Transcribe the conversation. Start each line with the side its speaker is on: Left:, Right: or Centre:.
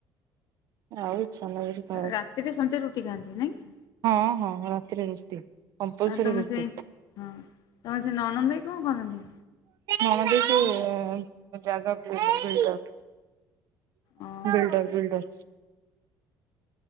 Right: ଆଉ ଛା ମ ଖ
Left: ରାତିରେ ସନ୍ଧ୍ୟା ରୁଟି ଖାଆନ୍ତି ନାଇଁ କି?
Right: ହଁ ହଁ। ରାତିରେ ରୁଟି କମ୍ପଲସରୀ
Left: ଆଉ ତମେ
Right: ରୁଟି
Left: ସେ ହଁ ତମେ ସେ ନନନ୍ଦ ଭାଇ କଣ କରନ୍ତି?
Right: ଆ ଦେ ତ ଜାଗା ବ ବିଲ୍ଡର
Left: ଓହୋ
Right: ବିଲ୍ଡର ବିଲ୍ଡର